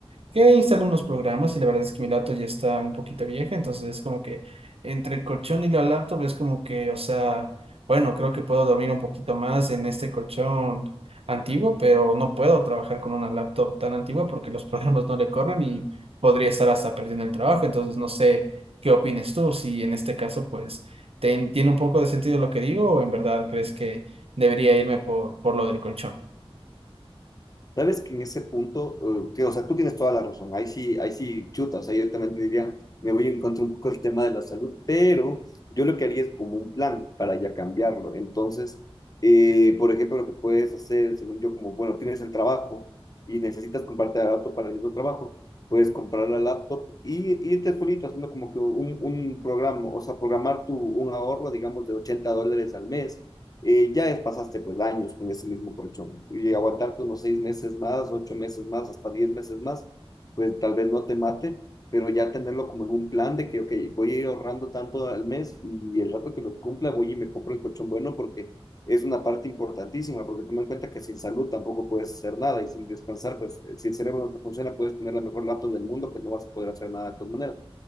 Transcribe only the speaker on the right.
que instalé unos programas y la verdad es que mi laptop ya está un poquito vieja, entonces es como que entre el colchón y la laptop es como que, o sea, bueno, creo que puedo dormir un poquito más en este colchón antiguo, pero no puedo trabajar con una laptop tan antigua porque los <laughs> programas no le corren y podría estar hasta perdiendo el trabajo, entonces no sé qué opines tú, si en este caso pues ten- tiene un poco de sentido lo que digo o en verdad crees que debería irme por, por lo del colchón.